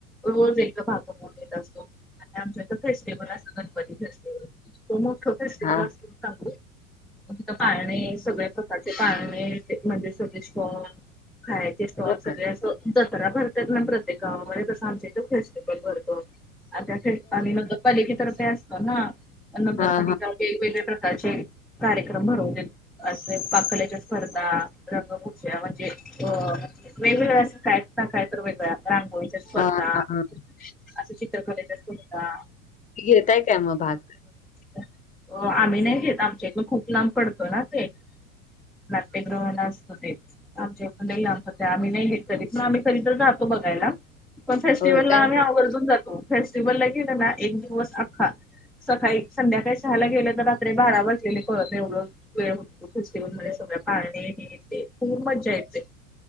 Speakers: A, in the centre; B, on the left.
A: रोज एक भाग बून येत असतो. आणि आमच्या इथ फेस्टिवल असतं. गणपती फेस्टिव्ह
B: हा
A: असते. <unintelligible> म तीथ पाळणे, सगळ्यां प्रकारचें पाळणे. ते म्हणजे <unintelligible> खायचे स्टॉल
B: हो
A: सगळे
B: का
A: असं. जत्रा भरतात ना प्रत्येक गावांमध्ये. तसं आमच्या इथं फेस्टिवल भरतो आम्ही. <unintelligible> नगरपालिके कडे असत ना. वेगवेगळ्या
B: हा हा
A: प्रकारचे. कार्यक्रम भरवू देत. असे पाक कलेच्या स्पर्धा. रंगभूषा म्हणजे अ वेगवेगळ्या. असं कायत न काय तरी वेगळ्या. रांगोळी च्या स्पर्धा.
B: हा हा हा
A: असं चित्रकलेच्या स्पर्धा.
B: घेता य काय मग भाग?
A: हो. आम्ही नाही घेत. आमच्या इकून खूप लांब पडतो ना ते. नाट्यगृहानां असत ते. आमच्या इथ लई लाबपडत्य. आम्ही नाही घेत कधीच. तरी पण आम्ही खरी तर जातो बघायला. पण फेस्टिवलला
B: होय काय
A: आम्हीं आवर्जून जातो. फेस्टिवल ला गेलोनां. एक दिवस अग हा. सकाळी संध्याकाळी सहाला गेलं त. रात्री बारा वाजलेले कळतं एवढं वेळ होतं. फेस्टिवल मध्यें. सगळं पाळणे हे ते. खूप मजा येते.